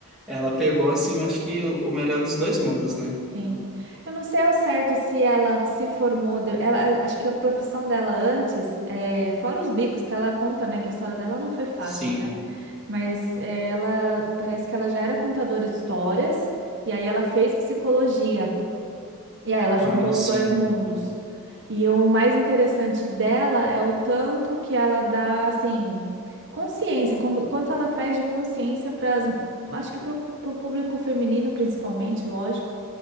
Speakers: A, in the centre; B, on the right (about 55°).
A: Ela pegou, assim, eu acho que o o melhor dos dois mundos, né?
B: Sim. Eu não sei ao certo se ela se formou, deu- ela, acho que a profissão dela antes, é, fora os bicos que ela conta, né, que a história dela não foi fácil,
A: Sim.
B: né? Mas eh, ela parece que ela já era contadora de histórias e aí ela fez psicologia. E aí ela juntou
A: Ah, sim.
B: os dois mundos. E o mais interessante dela é o tanto que ela dá, assim, consciência, quando, quanto ela traz de consciência para as, acho que para o público feminino, principalmente, lógico,